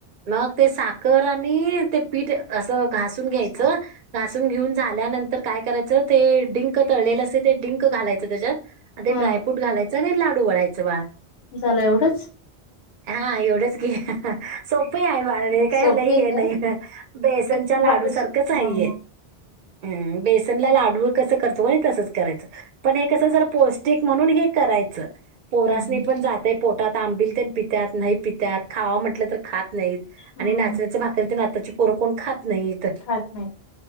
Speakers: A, on the right; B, on the left.
A: मग ते साखर आणि ते- पीठ असं घासून
B: हम्म.
A: घ्यायचं. घासून घेऊन झाल्यानंतर- तर काय करायचं? ते डिंक तळलेलं असते ते डिंक घालायचं त्याच्यात. आणि ते
B: हम्म
A: ड्राय- फ्रुट घालायचं आणि लाडू वळायचं बाळ.
B: झालं एवढंच?
A: हा एवढंच. सोप आहे बाळ, हे काय
B: सोपे
A: लई
B: आहे
A: हे नाही बेसनच्या
B: बेसन
A: लाडू सारखंच आहे
B: हम्म
A: हे. हम्म. बेसनला लाडूला कसं करतो? म तसच करायचं. पण हे कस जरा पौष्टिक म्हणून हे करायचं. पोरास्नी
B: हम्म हम्म
A: पण जातय पोटात. आंबिल तेण पितात नाही पितात खावा म्हटलं तर खात- नाहीत.
B: हम्म
A: आणि नाचण्याच्या भाकरी तर आताची पोरं कोण खात नाहीत.
B: खात नाहीत.